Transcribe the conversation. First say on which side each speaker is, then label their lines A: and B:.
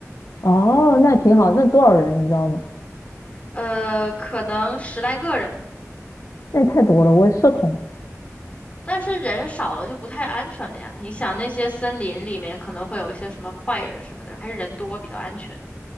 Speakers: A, on the left; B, on the left.
A: 哦，那挺好，那多少人你知道吗？
B: 呃，可能十来个人，
A: 那也太多了，我也社恐。
B: 但是人少了就不太安全了呀。你想那些森林里面可能会有一些什么坏人什么的，还是人多比较安全，